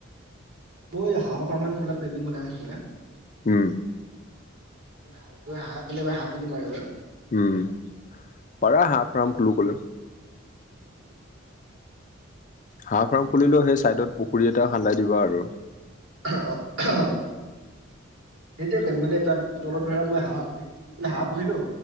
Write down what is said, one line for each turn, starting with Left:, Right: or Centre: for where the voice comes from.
Right: ম হাঁহ পাৰ ম খোলা পেইণ্টিং বনাই আছো মানে।
Left: উম।
Right: হাঁহ হাঁহ মাৰে হাঁহ খিনি মাৰে বাৰু
Left: উম পাৰা হাঁহ ফাৰ্ম খোলো কলেও।
Right: উম।
Left: হাঁহ ফাৰ্ম খুলিলেও সেই চাইডত পুখুৰী এটা খান্দাই দিবা আৰু।
Right: অহ অহ। সেইটোয়ে কৰিম মানে তাত তলত ধৰা মই হাঁহ হাঁহ পুহিলো